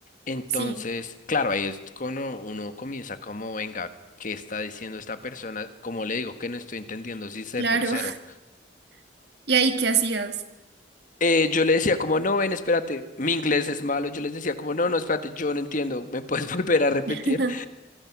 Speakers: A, on the left; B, on the right.
A: Entonces,
B: Sí,
A: claro, ahí es cuando uno comienza como, venga, ¿qué está diciendo esta persona? Como le digo que no estoy entendiendo si ser
B: claro.
A: grosero.
B: <laughs> ¿Y ahí qué hacías?
A: Eh, yo le decía como, no, ven, espérate, mi inglés es malo. Yo les decía como, no, no, espérate, yo no entiendo, ¿me puedes <laughs> volver a repetir?
B: <laughs>